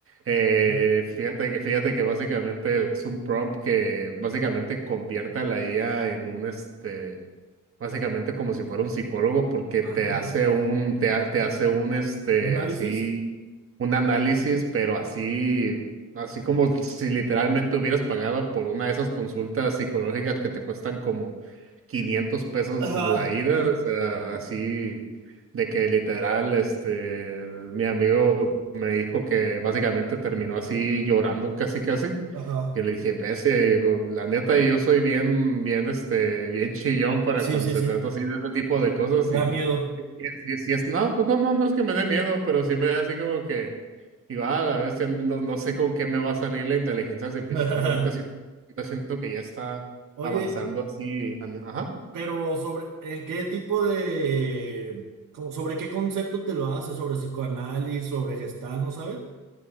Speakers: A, on the right; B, on the right.
A: Eh,
B: Ahora,
A: fíjate que, fíjate que básicamente es un prompt que básicamente convierte a la IA en un este Básicamente como si fuera un psicólogo porque
B: ande,
A: te hace
B: cabrón.
A: un, te, ha- te hace un, este,
B: ¿Un análisis?
A: así un análisis, pero así, así como si literalmente hubieras pagado por una de esas consultas psicológicas que te cuestan como quinientos pesos
B: Ajá,
A: la ida, o sea, así de que literal, este, mi amigo me dijo que básicamente terminó así llorando casi casi.
B: ajá.
A: Y le dije, pese, dijo, la neta, yo soy bien, bien, este, bien chillón para
B: Sí,
A: cuando
B: sí,
A: se
B: sí.
A: trata así de este tipo de cosas
B: Te
A: y
B: da miedo.
A: si si es, no, pues no, no, no es que me dé miedo, pero sí me da así como que, digo, ah, a veces no, no sé con qué me va a salir la inteligencia artificial.
B: <laughs>
A: Ahorita sí, ahorita siento que ya está
B: Oye,
A: avanzando así. an- Ajá.
B: pero sobre, ¿en qué tipo de, co- sobre qué concepto te lo haces? ¿Sobre psicoanálisis? ¿Sobre gestal? ¿No sabes?